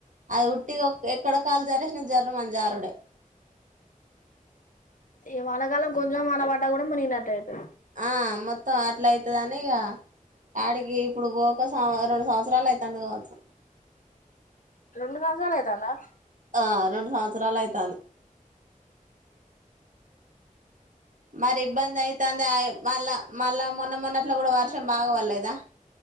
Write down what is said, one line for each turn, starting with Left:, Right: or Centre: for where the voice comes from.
Right: అది ఉట్టి ఎక్కడ కాళ్లు జరిసినా జర్ర అని జారుడే
Left: ఏ వాళకాలం కొంచెం వాళ్లవాట కూడా మునిగనట్టటు అయితే
Right: ఆ మొత్తం అట్ల అయితదనిగ ఆడికి ఇప్పుడు ఒక సం రెండు సంవత్సరాలు అవుతుంది కావచ్చు
Left: రెండు సంవత్సరాలు అయిదానా
Right: ఆ రెండు సంవత్సరాలు అయితాంది మరి ఇబ్బంది అయితుంది మళ్ళా మళ్ళా మ మొన్న మొన్నట్ల కూడా వర్షం బాగ పడలేదా